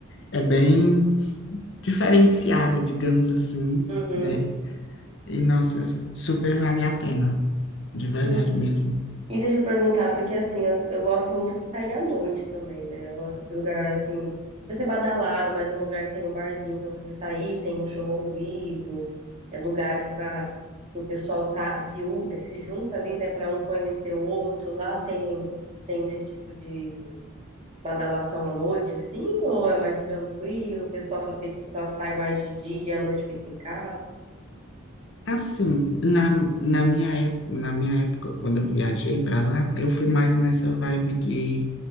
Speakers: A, on the left (about 60°); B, on the right (about 30°).
A: é bem diferenciada, digamos assim,
B: Uhum.
A: né? E, nossa, super vale a pena. De verdade
B: E,
A: mesmo.
B: e deixa eu perguntar, porque assim, eu, eu gosto muito de sair à noite também, né? Eu gosto de lugar assim, não precisa ser badalado, mas um lugar que tem um barzinho pra você sair, tem um show ao vivo, é lugares pra que o pessoal tá, se, u- se junta ali, né, pra um conhecer o outro. Lá tem, tem esse tipo de badalação à noite, assim, ou é mais tranquilo, o pessoal só fica, só sai mais de dia e à noite fica em casa?
A: Assim, na, na minha, ép- na minha época, quando eu viajei para lá, eu fui mais nessa vibe de